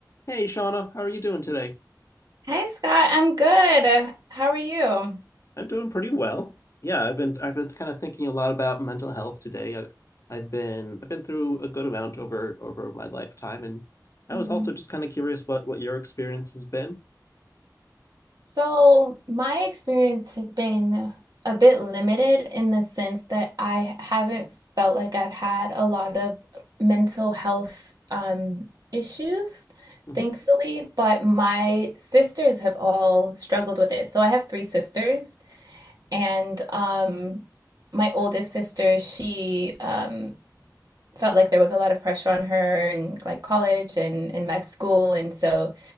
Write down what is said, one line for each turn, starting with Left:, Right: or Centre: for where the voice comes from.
Left: Hey, Shauna, how are you doing today?
Right: Hey Scott, I'm good. How are you?
Left: I'm doing pretty well. Yeah, I've been I've been kind of thinking a lot about mental health today. I, I've been I've been through a good amount over over my lifetime, and I
Right: hmm
Left: was also just kind of curious what what your experience has been.
Right: So, my experience has been a bit limited in the sense that I haven't felt like I've had a lot of mental health um, issues,
Left: hmm
Right: thankfully, but my sisters have all struggled with it. So, I have three sisters, and um, my oldest sister, she um, felt like there was a lot of pressure on her in like college and in med school. And so